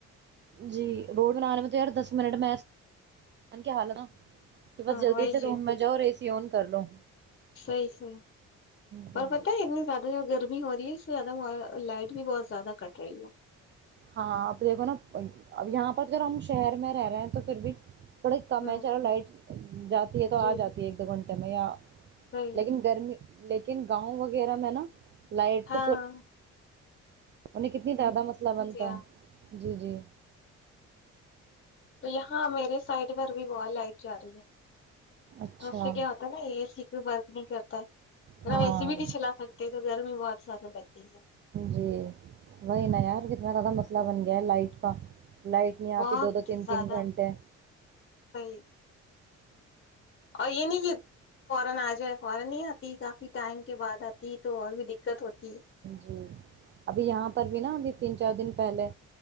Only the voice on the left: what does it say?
ہاں
وہی
چیز
صحیح صحی
اور پتا ہے اتنے زیادہ ہو گ گرمی ہو رہی ہے اس سے زیادہ لائٹ بھی بہت زیادہ کٹ رہی ہے
ہوں
جی
صحیح
ہاں
ہاں
ہے۔
تو یہاں میرے سائڈ پر بھی ب آئے جا رہی ہے
تو اس سے کیا ہوتا ہے نا یہ س کوئی بورک نہیں کرتا ہے
ا ہم ایسیبٹی چلا سکتے ہیں تو گرمی وہ آپ سادن لگتی ہے
بہت
زیادہ
صحیح اور یہ نہیں کہ فورن آ جائے فورن نہیں آتی کافی ٹائم کے بعد آتی ہے تو اور بھی دقت ہوتی ہے